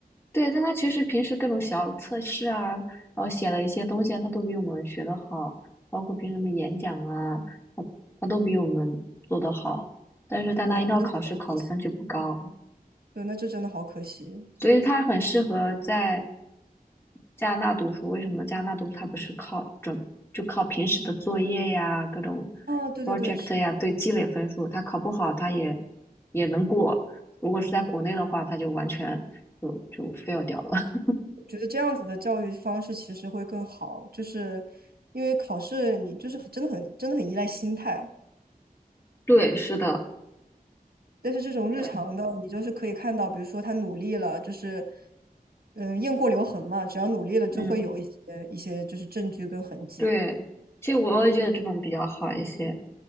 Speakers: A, on the left (about 15°); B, on the right (about 80°).
A: 对，但他其实平时各种小测试啊，然后写了一些东西啊，他都比我们学的好，包括平时什么演讲啊，他他都比我们做的好。但是但他一到考试，
B: <laughs> 哇，真的好可惜。
A: 考的分就不高。
B: 对，那这真的好可惜。
A: 所以他很适合在加拿大读书。为什么加拿大读书？他不是靠准，就靠平时的作业呀、各种
B: 哦，对对对，
A: project
B: 是。
A: 呀，对积累分数。他考不好，他也也能过。如果是在国内的话，他就完全就就 fail 掉了。<laughs>
B: 觉得这样子的教育方式其实会更好，就是因为考试你就是真的很真的很依赖心态，
A: 对，是的，
B: 但是这种日常的你就是可以看到，
A: 对，
B: 比如说他努力了，就是嗯呃雁过留痕嘛，只要努力了就会有一些一些就是证据跟痕迹，
A: 嗯，对。其实我也觉得这种比较好一些，